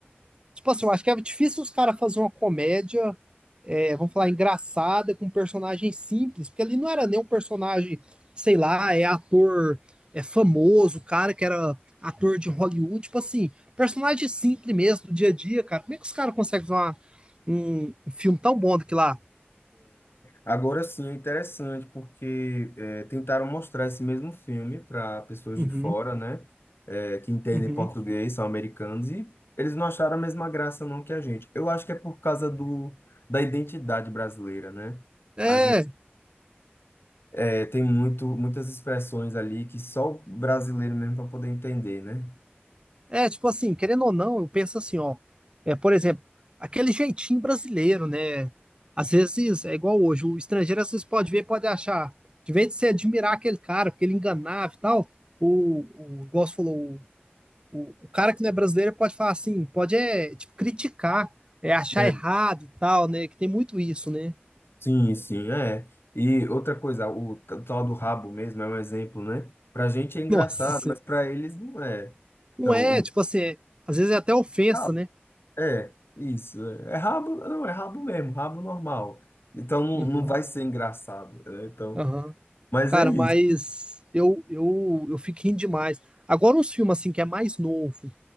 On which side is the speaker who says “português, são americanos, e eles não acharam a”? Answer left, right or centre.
Left